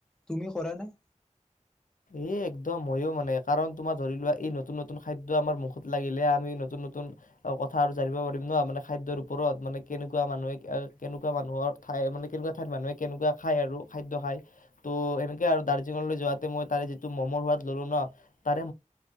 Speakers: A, in the centre; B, on the left.
A: তুমি কৰা নে
B: এ', একদম মইও মানে কাৰণ তোমাৰ ধৰিলোৱা, এই নতুন নতুন খাদ্য আমাৰ মুখত লাগিলে আমি নতুন-নতুন কথা আৰু জানিব পাৰিম ন', মানে খাদ্যৰ ওপৰত মানে কেনেকুৱা মানুহে, কেনেকুৱা মানুহৰ ঠাই মানে কেনেকুৱা ঠাইত মানুহে কেনেকুৱা খায়, আৰু খাদ্য খায় ত', এনেকে আৰু দাৰ্জিলিঙলৈ যোৱাতে মই'। তাৰে যিটো ম'মৰ সোৱাদ ললো ন', তাৰে